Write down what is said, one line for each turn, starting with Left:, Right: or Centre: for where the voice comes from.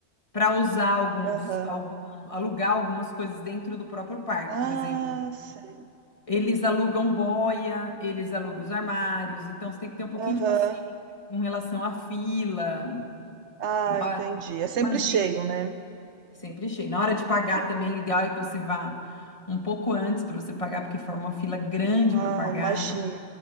Left: para usar alguns,
Right: Aham.
Left: algum, alugar algumas coisas dentro do próprio parque,
Right: Ah,
Left: por exemplo.
Right: sei.
Left: Eles alugam boia, eles alugam os armários, então você tem que ter um pouquinho
Right: Aham.
Left: de paciência com relação à fila.
Right: Ah,
Left: Na
Right: entendi.
Left: hora- tem
Right: É sempre
Left: Umas
Right: cheio,
Left: dicas
Right: né?
Left: sempre achei. Na hora de pagar
Right: Uhum.
Left: também, o ideal é que você vá um pouco antes para você pagar, porque forma uma fila grande para
Right: Ah,
Left: pagar.
Right: imagino.